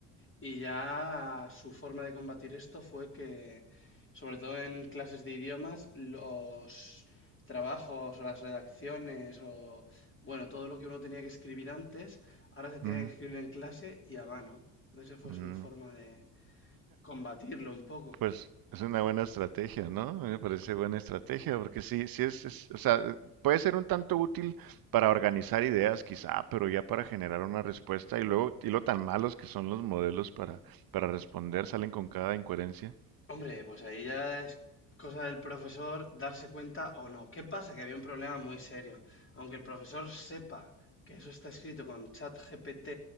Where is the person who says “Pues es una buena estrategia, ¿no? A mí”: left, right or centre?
Right